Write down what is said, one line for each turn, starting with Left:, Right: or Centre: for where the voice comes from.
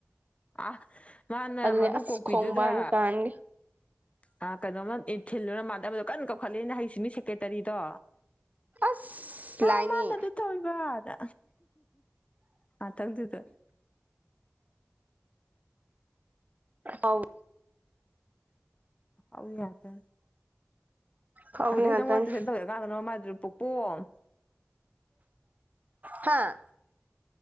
Left: ꯑꯥ ꯃꯥꯅ
Right: ꯑꯗꯨꯅꯦ
Left: ꯃꯔꯨ
Right: ꯑꯁ
Left: ꯀꯣꯛꯄꯤꯗꯨꯗ
Right: ꯈꯣꯡꯕꯥꯟ ꯀꯥꯟꯒꯦ
Left: ꯑ ꯀꯩꯅꯣꯝꯃ ꯊꯤꯜꯂꯨꯔ ꯃꯥꯥꯟꯂꯦ ꯑꯃꯗꯣ ꯀꯟꯅ ꯀꯧꯈꯠꯂꯦꯅꯦ ꯍꯩꯁꯤꯡꯕꯤ ꯁꯦꯀ꯭ꯔꯦꯇꯔꯤꯗꯣ
Right: ꯑꯁ ꯂꯥꯏꯅꯤ
Left: ꯑꯥ ꯃꯥꯅ ꯑꯗꯨ ꯇꯧꯔꯤꯕꯅ ꯉꯥꯛꯇꯪꯗꯨꯗ
Right: ꯑꯧ
Left: ꯑꯐꯥꯎꯕꯤ ꯉꯥꯛꯇꯅꯦ
Right: ꯐꯥꯎꯕꯤ
Left: ꯑꯗꯩ
Right: ꯉꯥꯛꯇꯅꯤ
Left: ꯅꯪꯉꯣꯟꯗ ꯇꯨꯢꯁꯟ ꯇꯧꯔꯤꯕ ꯑꯉꯥꯡꯗꯨꯅ ꯃꯃꯥꯏꯗꯨ ꯄꯨꯛꯄꯣꯝ
Right: ꯍꯥꯥ